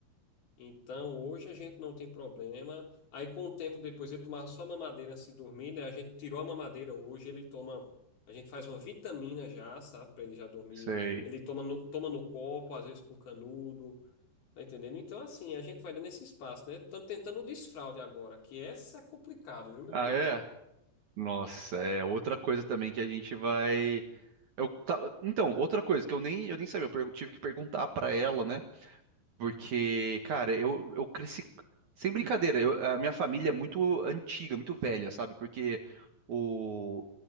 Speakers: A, on the left; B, on the right.
A: Então, hoje a gente não tem problema. Aí, com o tempo depois, ele tomava só mamadeira antes de dormir, né? A gente tirou a mamadeira hoje, ele toma. A gente faz uma vitamina já, sabe? Pra ele já dormir.
B: sei.
A: Ele toma no, toma no copo, às vezes com canudo. Tá entendendo? Então, assim, a gente vai dando esse espaço, né? Estamos tentando o desfraude agora, que essa é complicado, viu, meu
B: Ah,
A: querido?
B: é? Nossa, é outra coisa também que a gente vai. Eu tava... Então, outra coisa que eu nem, eu nem sabia, eu pergu- tive que perguntar pra ela, né? Porque, cara, eu, eu cresci. Sem brincadeira, eu- a minha família é muito antiga, muito velha, sabe? Porque o,